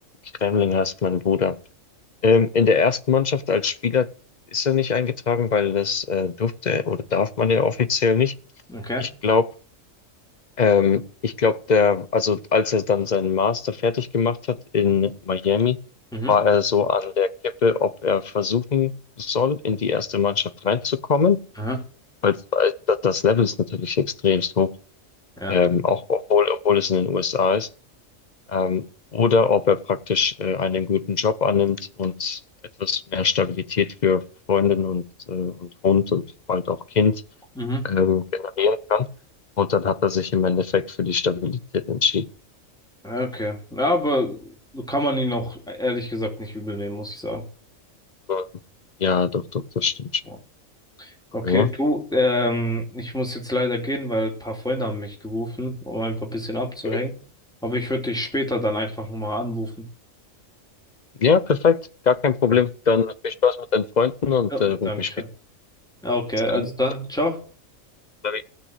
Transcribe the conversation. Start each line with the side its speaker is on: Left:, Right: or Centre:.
Left: Kremling heißt mein Bruder. Ähm, in der ersten Mannschaft als Spieler ist er nicht eingetragen, weil das äh, durfte oder darf man ja offiziell nicht.
Centre: Okay.
Left: Ich glaube, ähm, ich glaube, der, also als er dann seinen Master fertig gemacht hat in Miami,
Centre: Mhm.
Left: war er so an der Kippe, ob er versuchen soll, in die erste Mannschaft reinzukommen,
Centre: Aha.
Left: weil, weil das Level ist natürlich extremst hoch,
Centre: Ja.
Left: ähm, auch obwohl, obwohl es in den USA ist ähm, oder ob er praktisch äh, einen guten Job annimmt und etwas mehr Stabilität für Freundin und, äh, und Hund und bald auch Kind
Centre: Mhm.
Left: ähm, generieren kann. Und dann hat er sich im Endeffekt für die Stabilität entschieden.
Centre: Okay. Ja, aber kann man ihn auch ehrlich gesagt nicht übel nehmen, muss ich sagen.
Left: Ähm, Ja, doch, doch, das stimmt schon.
Centre: Ja.
Left: Aber
Centre: Okay,
Left: ja.
Centre: du, ähm, ich muss jetzt leider gehen, weil ein paar Freunde haben mich gerufen, um einfach ein bisschen abzuhängen.
Left: Mhm.
Centre: Aber ich würde dich später dann einfach nochmal anrufen.
Left: Ja, perfekt. Gar kein Problem.
Centre: Ja.
Left: Dann viel Spaß mit deinen Freunden und
Centre: Ja,
Left: äh, ruf
Centre: Dankeschön.
Left: mich später.
Centre: Ja, okay, also
Left: an.
Centre: dann,
Left: Bis
Centre: ciao.
Left: dann.